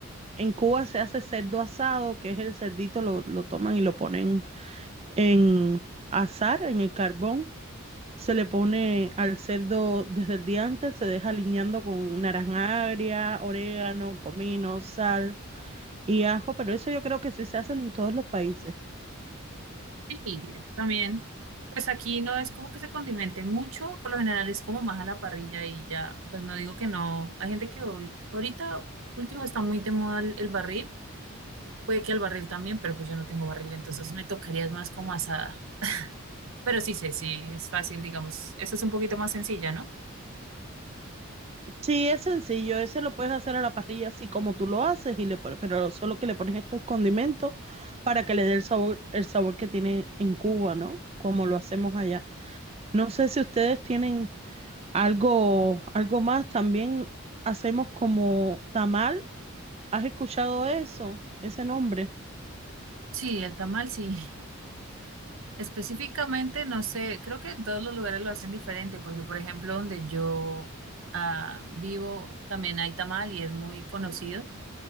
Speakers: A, on the right; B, on the right.
A: En Cuba se hace cerdo asado, que es el cerdito, lo, lo toman y lo ponen en asar en el carbón. Se le pone al cerdo desde el día antes, se deja aliñando con naranja agria, orégano, comino, sal y ajo, pero eso yo creo que sí se hace en todos los países.
B: Sí, también. Pues aquí no es como que se condimente mucho, por lo general es como más a la parrilla y ya, pues no digo que no. Hay gente que hoy, ahorita último está muy de moda el, el barril, puede que el barril también, pero pues yo no tengo barril, entonces me tocaría más como asada. Pero sí sé, sí, es fácil, digamos, esa es un poquito más sencilla, ¿no?
A: Sí, es sencillo, ese lo puedes hacer a la parrilla así como tú lo haces y le pones, pero solo que le pones estos condimentos para que le dé el sabor, el sabor que tiene en Cuba, ¿no? Como lo hacemos allá. No sé si ustedes tienen algo, algo más, también hacemos como tamal. ¿Has escuchado eso? Ese nombre.
B: Sí, el tamal sí. <laughs> Específicamente, no sé, creo que en todos los lugares lo hacen diferente, porque por ejemplo, donde yo ah, vivo también hay tamal y es muy conocido,